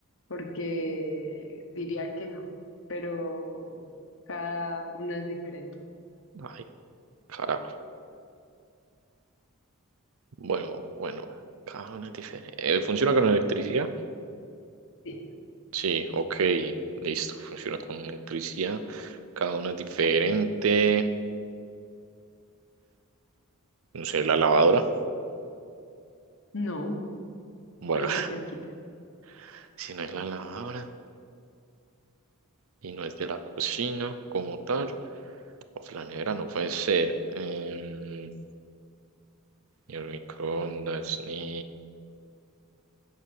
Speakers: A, on the left; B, on the right.
A: porque diría que no, pero cada una es diferente.
B: Ay, carajo. Bueno, bueno. Cada una es diferente. Eh, ¿Funciona con electricidad?
A: Sí.
B: Sí, ok. Listo. Funciona con electricidad. Cada una es diferente. No sé, la lavadora.
A: No,
B: Bueno,
A: pero está cerquita.
B: <laughs> si no es la lavadora y no es de la cocina como tal. O la nevera no puede ser. Em, ni el microondas, ni.